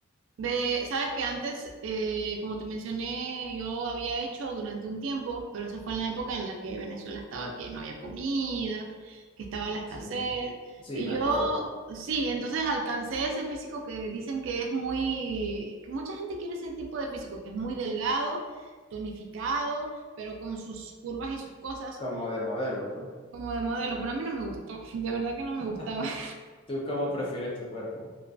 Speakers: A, on the right; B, on the left.
A: De, sabes que antes, eh, como te mencioné, yo había hecho durante un tiempo, pero eso fue en la época en la que Venezuela estaba, que no había comida, que estaba la escasez.
B: Sí, sí,
A: Y
B: me acuerdo.
A: yo, sí, entonces alcancé ese físico que dicen que es muy, que mucha gente quiere ese tipo de físico, que es muy delgado, tonificado, pero con sus curvas y sus cosas.
B: Como de modelo, pues.
A: como de modelo, pero a mí no me gustó, <laughs> de verdad que no me gustaba.
B: <laughs>
A: <laughs>
B: ¿Tú cómo prefieres tu cuerpo?